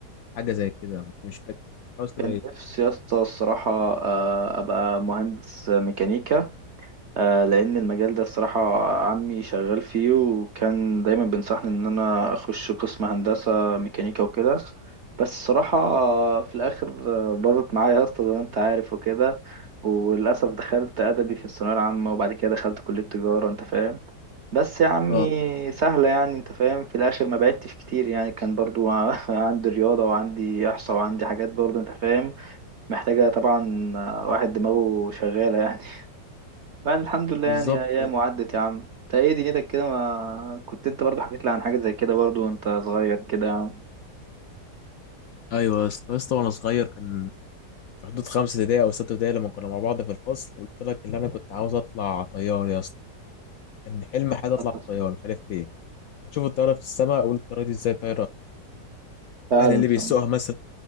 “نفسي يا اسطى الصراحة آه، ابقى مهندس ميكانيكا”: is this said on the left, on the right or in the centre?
Right